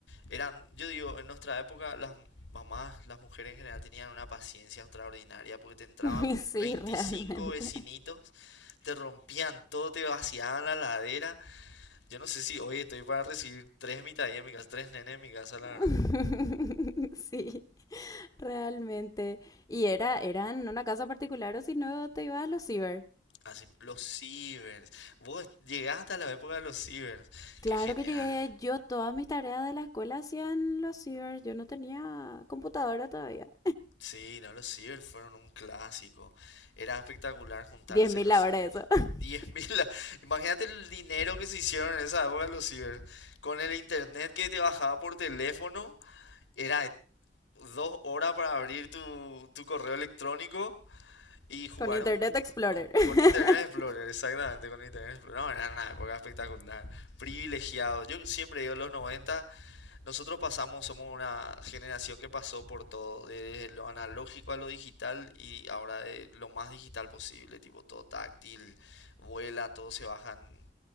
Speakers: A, on the left; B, on the left.
A: Eran, yo digo, en nuestra época las mamás, las mujeres en general tenían una paciencia extraordinaria porque te entraban
B: Y Sí,
A: 25
B: realmente.
A: vecinitos, te rompían todo, te vaciaban la ladera. Yo no sé si hoy estoy para recibir tres mitadillas en mi casa, tres nenes en mi casa, la
B: <laughs>
A: verdad.
B: Sí, realmente. Y era, era en una casa particular o si no te ibas a los ciber.
A: Así, los cibers. Vos llegaste a la época de los cibers.
B: Claro
A: Qué genial.
B: que llegué, yo todas mis tareas de la escuela hacían los ciber, yo no tenía computadora todavía.
A: Sí, no, los ciber fueron un clásico. Era espectacular juntarse
B: Diez mil
A: en los
B: ahora
A: ciber.
B: eso, <laughs>
A: 10.000, la- <laughs> imagínate el dinero que se hicieron en esa época los ciber. Con el internet que te bajaba por teléfono, era de dos horas para abrir tu, tu correo electrónico y jugar
B: con Internet
A: un-
B: Explorer.
A: co-
B: <laughs>
A: con, Internet Explorer, exactamente, con Internet Explorer. No, era una época espectacular, privilegiado. Yo siempre digo los 90. Nosotros pasamos, somos una generación que pasó por todo, desde lo analógico a lo digital y ahora de lo más digital posible, tipo todo táctil, vuelan, todo se bajan,